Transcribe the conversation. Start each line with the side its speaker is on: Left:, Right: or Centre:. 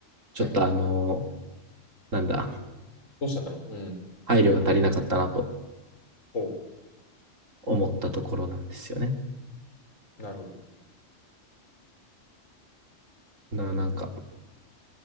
Right: ちょっとあの、
Left: いはいはい。
Right: なんだ、
Left: どうしちゃったのうん。
Right: 配慮が足りなかったなと
Left: ほ
Right: 思ったところなんですよね。
Left: う。なるほど。
Right: だからなんか、